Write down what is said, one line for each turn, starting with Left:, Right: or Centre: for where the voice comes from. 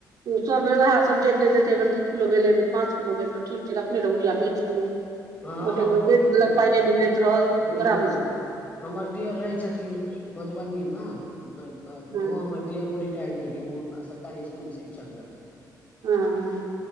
Right: सब बेर ओएह सभ जे कहि देतै एही बेर दू किलो भेलै, एही बेर पाँच द देत त ठीक। रखने रहु या बेच दियौ,
Left: हँ
Right: बेच
Left: तऽ की
Right: देलक
Left: करू
Right: पाइ नहि दैत रहल
Left: हूँ
Right: बरा मूस
Left: हमर देअर रहै छथिन मधुबनी मे, ओहो
Right: हँ
Left: हमर दियरो रिटायार भेलखिन है, ओ सरकारी स्कुल मे शिक्षक रहथिन।
Right: हँ।